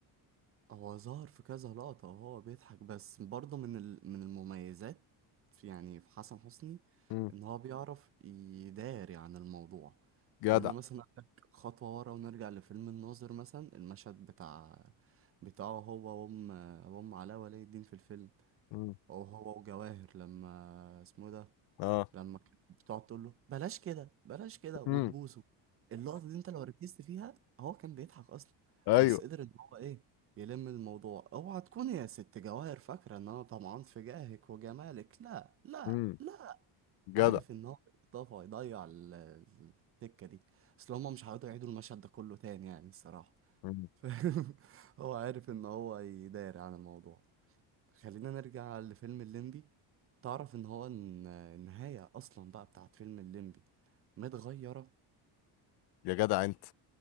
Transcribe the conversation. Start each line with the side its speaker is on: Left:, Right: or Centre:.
Right: هو ظهر في كذا لقطه وهو بيضحك بس برضه من ال من المميزات في يعني في حسن حسني
Left: مم.
Right: ان هو بيعرف يداري عن الموضوع خلينا
Left: جدع
Right: مثلا اخدك خطوه ورا ونرجع لفيلم الناظر مثلا المشهد بتاع بتاعه هو وام وام علاء ولي الدين في الفيلم
Left: مم.
Right: هو هو وجواهر لما اسمه إيه ده
Left: اه
Right: لما كانت بتقعد تقول له بلاش كده بلاش كده وتبوسه
Left: مم.
Right: اللقطة دي انت لو ركزت فيها هو كان بيضحك اصلا
Left: ايوه
Right: بس قدر ان هو ايه يلم الموضوع اوعى تكون يا ست جواهر فاكرة ان انا طمعان في جاهك وجمالك لا لا
Left: مم.
Right: لا
Left: جدع
Right: عارف ان هو اختفى يضيع ال- ال- التكة دي اصل هما مش هيقعدوا يعيدوا المشهد ده كله تاني يعني الصراحة
Left: مم.
Right: <laughs> فاهم؟ هو عارف ان هو يداري عن الموضوع خلينا نرجع لفيلم الليمبي تعرف ان هو الن- النهاية اصلا بقى بتاعت فيلم الليمبي متغيرة
Left: يا جدع انت